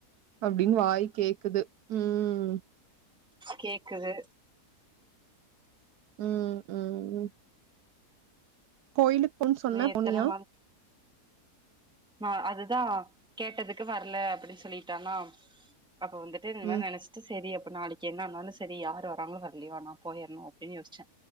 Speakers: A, on the right; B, in the centre.
A: அப்பிடின்னு வாய் கேக்குது ம்
B: கேக்குது
A: ம் ம் ம் கோயிலுக்கு போணோ சொன்ன
B: நீ
A: போணியா?
B: எத்தன அ அதுதான் கேட்டதுக்கு வரல அப்பிடின்னு சொல்லிட்டானா அப்ப வந்து சேரி இந்த
A: ம்
B: மாரி நனைச்சுட்டு செரி அப்ப நாளைக்கு என்ன ஆனாலும் செரி யாரும் வராங்களோ வரலையோ நான் போயிற்ணோ அப்படின்னு யோசிச்சே